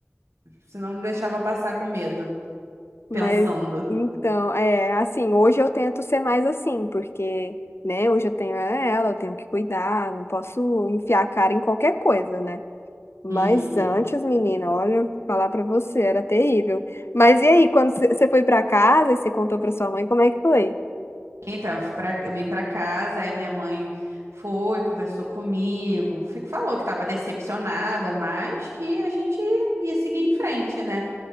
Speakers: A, on the right; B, on the left.
A: senão me deixava passar com medo,
B: Mas
A: pensando.
B: então, é assim, hoje eu tento ser mais assim, porque, né, hoje eu tenho ela, eu tenho que cuidar, não posso enfiar a cara em qualquer coisa, né? Mas
A: Uhum.
B: antes, menina, olha, falar pra você, era terrível. Mas e aí, quando você você foi pra casa e você contou pra sua mãe, como é que foi?
A: Então, eu fui pra- eu vim pra casa, aí minha mãe foi, conversou comigo, fico, falou que estava decepcionada, mas que a gente ia seguir em frente, né?